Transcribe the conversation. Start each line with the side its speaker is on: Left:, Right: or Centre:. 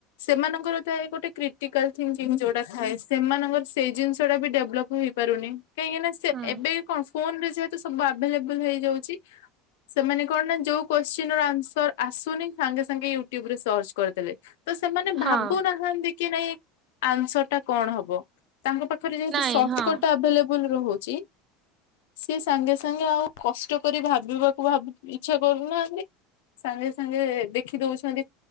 Left: ସେମାନଙ୍କରତ ଗୋଟେ କ୍ରି କ୍ରିଟିକାଲ ଥିଙ୍କ ଙ୍କି ଯୋଉଟା ଥାଏ ସେମାନଙ୍କର ସେଇ ଜିନିଷ ଟା ବି ଡେଭଲପ ହେଇପାରୁନି, କାହିଁକି ନା ସେ
Right: ହଁ
Left: ଏବେ ବି କଣ ଫୋନ ରେ ଯେହେତୁ ସବୁ ଆଭେଲେବୁଲ ହେଇଯାଉଛି ସେମାନେ କଣ ନା ଯୋଉ କୋଶ୍ଚିନ ର ଆନ୍ସର ଆସୁନି ସାଙ୍ଗେ ସାଙ୍ଗେ ୟୁଟ୍ୟୁବ ରେ ସର୍ଚ୍ଚ କରିଦେଲେ। ତ ସେମାନେ
Right: ହଁ
Left: ଭାବୁନାହାନ୍ତି କି ନାଇଁ ଆନ୍ସର ଟା କଣ ହବ, ତାଙ୍କ ପାଖ ରେ ଯେହେତୁ
Right: ନାଇଁ
Left: ସଫ୍ଟକଟ
Right: ହଁ।
Left: ଆଭେଲେବୁ ରହୁଛି ସିଏ ସାଙ୍ଗେ ସାଙ୍ଗେ ଆଉ କଷ୍ଟ କରି ଭାବିବାକୁ ଭାବ ଇଚ୍ଛା କରୁନାହାନ୍ତି। ସାଙ୍ଗେ ସାଙ୍ଗେ ଦେଖି ଦେଉଛନ୍ତି।